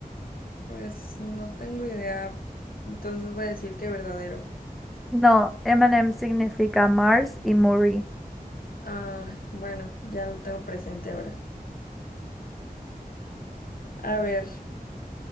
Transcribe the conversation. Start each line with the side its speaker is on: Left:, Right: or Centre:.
Left: Pues no tengo idea. Entonces voy a decir que verdadero.
Centre: No, M&M significa Mars y Maury.
Left: Ah, bueno, ya lo tengo presente ahora. A ver,